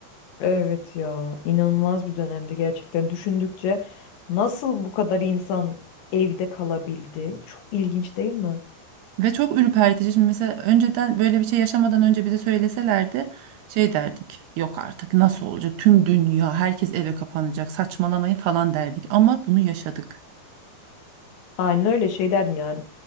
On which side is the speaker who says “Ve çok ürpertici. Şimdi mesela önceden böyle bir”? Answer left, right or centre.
Right